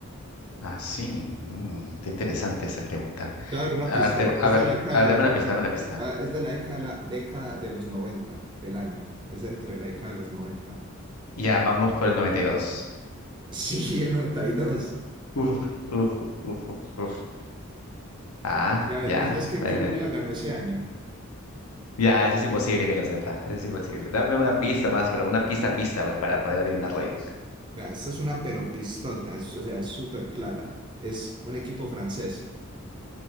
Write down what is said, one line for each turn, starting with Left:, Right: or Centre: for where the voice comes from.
Left: Ah, sí, mm, está interesante esa pregunta.
Right: Te voy a dar una
Left: A
Right: pista.
Left: ver, te- a
Right: Es
Left: ver,
Right: de la década
Left: a ver,
Right: de
Left: dame
Right: la,
Left: una pista, dame una pista.
Right: ah, es de la década de la década de los noventa, el año. Es entre la década de los 90. <laughs>
Left: Ya, vamos por el 92.
Right: Sí, el 92. Y dos.
Left: Uf, uf, uf, uf, uf. uf. Ah,
Right: Y a ver,
Left: ya.
Right: ¿y sabes qué
Left: ahí
Right: club
Left: ve.
Right: la ganó ese año?
Left: Ya, eso es imposible que lo sepa. Eso es imposible. Dame una pista más, pero una pista, pista, pues, para poder adivinarlo bien.
Right: Vea, esta es una peropistota, es- o sea, es súper clara. Es un equipo francés.